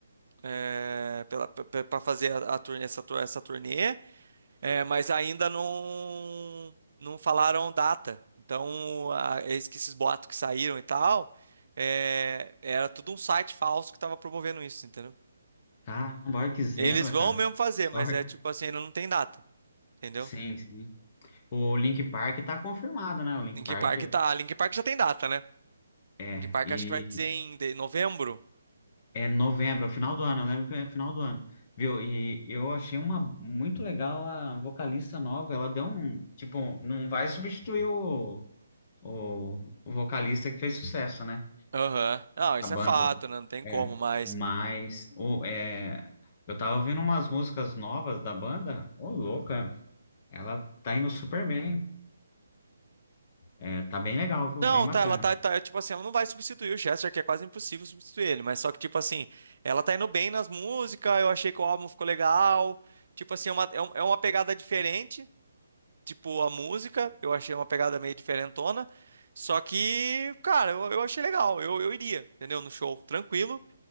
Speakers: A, on the right; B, on the left.
A: é, para fazer a, a turnê, essa, tur- essa turnê, é, mas ainda não não falaram data. Então, a, eis que esses boatos que saíram e tal, é, era tudo um site falso que estava promovendo isso, entendeu?
B: Caramba, olha que zebra,
A: Eles vão
B: cara.
A: mesmo fazer, mas
B: Sorte.
A: é tipo assim, ainda não tem data, entendeu?
B: Sim, sim. O Link Park tá confirmado, né? O Link
A: Linkin
B: Park
A: Park tá, Linkin Park já tem data, né?
B: é.
A: Linkin Park
B: E
A: acho que vai ser em de- novembro.
B: é novembro, é final do ano, eu lembro que é final do ano. Viu? E eu achei uma muito legal a vocalista nova. Ela deu um. Tipo, não vai substituir o, o, o vocalista que fez sucesso, né?
A: Aham. Não, isso
B: A banda.
A: é fato, né? Não tem como,
B: É,
A: mas
B: mas ô, é, eu tava ouvindo umas músicas novas da banda, ô louca, ela tá indo super bem, é, tá bem legal, viu?
A: Não,
B: Bem bacana.
A: tá, ela tá, tá, tipo assim, ela não vai substituir o Chester, que é quase impossível substituir ele, mas só que, tipo assim, ela tá indo bem nas músicas, eu achei que o álbum ficou legal, tipo assim, é uma, é um- é uma pegada diferente, tipo, a música, eu achei uma pegada meio diferentona, só que, cara, eu, eu achei legal, eu, eu iria, entendeu, no show, tranquilo,